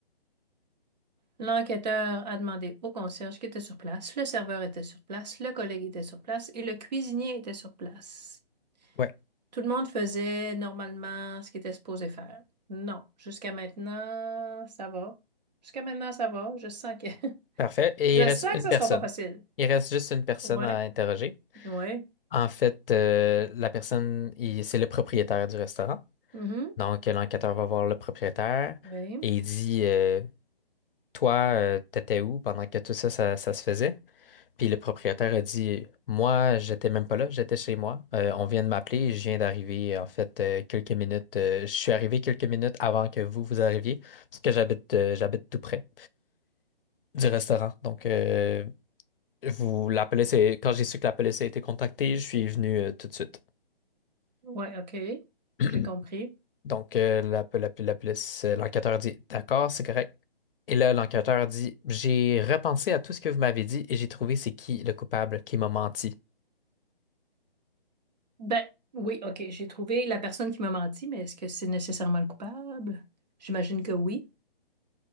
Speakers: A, on the right; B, on the left.
A: L'enquêteur a demandé au concierge qui était sur place, le serveur était sur place, le collègue était sur place et le cuisinier était sur place.
B: Ouais.
A: Tout le monde faisait normalement ce qu'il était supposé faire. Non, jusqu'à maintenant, ça va. Jusqu'à maintenant, ça va. Je sens que <laughs>
B: Parfait. Et
A: je
B: il reste
A: sens
B: une
A: que ça
B: personne.
A: sera pas facile.
B: Il reste juste une personne
A: Ouais,
B: à interroger.
A: ouais.
B: En fait, euh, la personne, il- c'est le propriétaire du restaurant.
A: Mhm.
B: Donc, l'enquêteur va voir le propriétaire
A: Oui.
B: et il dit, euh, toi, euh, t'étais où pendant que tout ça, ça, ça se faisait? Puis le propriétaire a dit, moi, j'étais même pas là, j'étais chez moi. Euh, on vient de m'appeler, je viens d'arriver, en fait, euh, quelques minutes. euh, je suis arrivé quelques minutes avant que vous, vous arriviez, parce que j'habite, euh, j'habite tout près du restaurant. Donc, euh, vous, la police est- quand j'ai su que la police a été contactée, je suis venu, euh, tout de suite.
A: Ouais, OK.
B: <clears throat>
A: J'ai compris.
B: Donc, euh, la, la- la police, euh, l'enquêteur dit, D'accord, c'est correct. Et là, l'enquêteur dit, J'ai repensé à tout ce que vous m'avez dit et j'ai trouvé c'est qui le coupable qui m'a menti.
A: Ben, oui, OK, j'ai trouvé la personne qui m'a menti, mais est-ce que c'est nécessairement le coupable? J'imagine que oui.